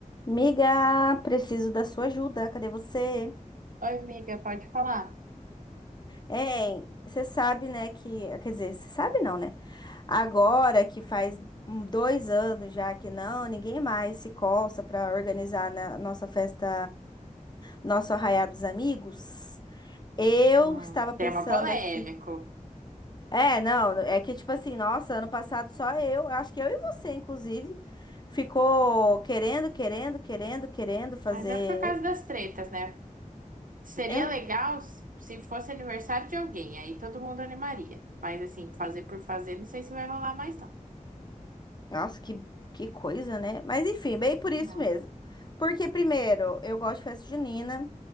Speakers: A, on the left; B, on the right.
A: Miga, preciso da sua ajuda. Cadê você?
B: Oi, amiga, pode falar?
A: Hein, você sabe, né, que... Quer dizer, você sabe não, né? Agora que faz hum, dois anos já que não, ninguém mais se coça para organizar na nossa festa, nosso arraiá dos amigos. Eu
B: Hum,
A: estava pensando
B: tema polêmico,
A: aqui... É, não, é que tipo assim, nossa, ano passado só eu, acho que eu e você, inclusive, ficou querendo, querendo, querendo, querendo fazer...
B: mas é por causa das tretas, né? Seria
A: Eu
B: legal s- se fosse aniversário de alguém, aí todo mundo animaria. Mas assim, fazer por fazer, não sei se vai rolar mais, não.
A: Nossa, que, que coisa, né? Mas enfim, bem por
B: Uhum.
A: isso mesmo. Porque, primeiro, eu gosto de festa junina,